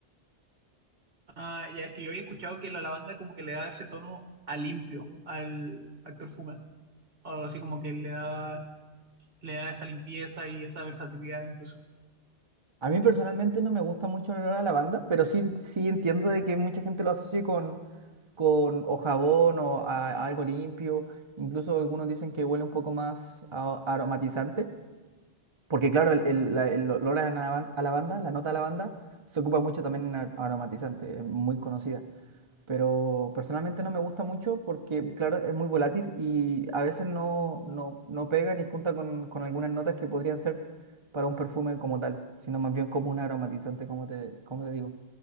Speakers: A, on the right; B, on the right.
A: Ah, ya es que yo había escuchado que la lavanda como que le da ese tono a limpio al, al perfume. O algo así como que le da, le da esa limpieza y esa versatilidad incluso.
B: A mí personalmente no me gusta mucho el olor a lavanda, pero sí, sí entiendo de que mucha gente lo asocie con, con o jabón o a a algo limpio. Incluso algunos dicen que huele un poco más a- aromatizante. Porque claro, el, el- la- el olor a la ban- a la banda, la nota a la banda, se ocupa mucho también en ar- aromatizante, es muy conocida. Pero personalmente no me gusta mucho porque, claro, es muy volátil y a veces no, no, no pega ni junta con, con algunas notas que podrían ser para un perfume como tal, sino más bien como un aromatizante, como te, como te digo.